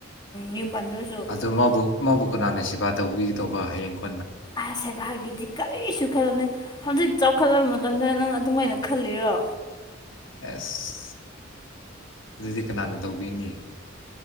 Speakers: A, on the left; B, on the left.
A: ꯌꯨꯝ ꯄꯟꯗꯨꯔꯁꯨ
B: ꯑꯗꯣ ꯃꯥꯕꯨ ꯃꯥꯕꯨ ꯀꯅꯥꯅ ꯁꯦꯕꯥ ꯇꯧꯕꯤꯒꯗꯧꯕ ꯍꯌꯦꯡꯣ
A: ꯑꯁꯦꯚꯔꯒꯗꯤ ꯀꯔꯤꯁꯨ ꯈꯜꯂꯣꯅꯦ ꯍꯧꯖꯤꯛ ꯆꯥꯎꯈꯠꯂꯕ ꯃꯇꯝꯗ ꯅꯪ ꯑꯗꯨꯃꯥꯏꯅ ꯈꯜꯂꯤꯔꯣ
B: ꯑꯦꯁ ꯑꯗꯨꯗꯤ ꯀꯅꯥꯅ ꯇꯧꯕꯤꯅꯤ